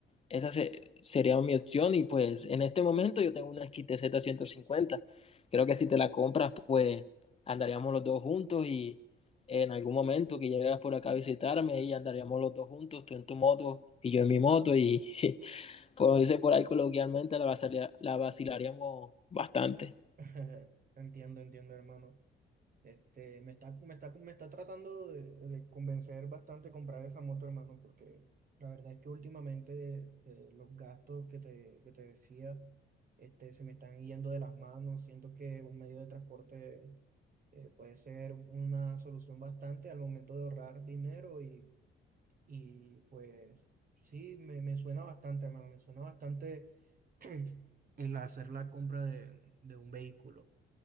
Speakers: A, on the left; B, on the right.
A: esa se- sería mi opción y pues en este momento yo tengo una XTZ cincuenta Creo que si te la compras pues andaríamos los dos juntos y en algún momento que llegas por acá a visitarme y andaríamos los dos juntos, tú en tu moto y yo en mi moto y <laughs> como dice por ahí coloquialmente la vacilaría- la vacilaríamos bastante.
B: <laughs> entiendo, entiendo, hermano. Este, me está, me está, me está tratando de, de convencer bastante comprar esa moto, hermano, porque la verdad es que últimamente eh, los gastos que te, que te decía este, se me están yendo de las manos. Siento que un medio de transporte eh, puede ser una solución bastante al momento de ahorrar dinero y, y pues sí, me, me suena bastante, hermano, me suena bastante <clears throat> el hacer la compra de, de un vehículo.